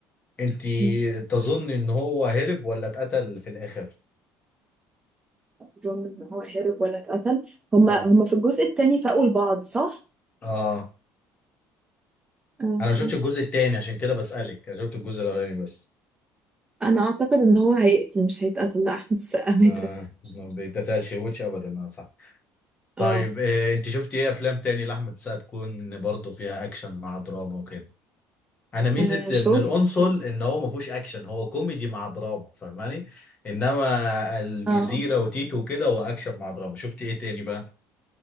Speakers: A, on the left; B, on the right.
A: انت
B: مم.
A: تظن ان هو هرب ولا اتقتل في الاخر
B: اظن ان هو هرب ولا اتقتل هما
A: اه
B: هما في الجزء التاني فاقوا لبعض صح
A: اه
B: آه،
A: انا ما شفتش الجزء التاني عشان كده بسألك انا شفت الجزء الاولاني بس
B: انا اعتقد ان هو هيقتل مش هيتقتل لا احمد السقا ما
A: آه
B: يتقتلش
A: ما بتتشوتش ابدا اه صح طيب
B: اه
A: آه انت شفتي ايه افلام تاني لاحمد السقا تكون برضه فيها اكشن مع دراما وكده انا ميزه
B: آه، شفت
A: ابن القنصل ان هو ما فيهوش اكشن هو كوميدي مع دراما فاهماني انما الجزيره
B: اه
A: وتيتو وكده هو اكشن مع دراما شفت ايه تاني بقى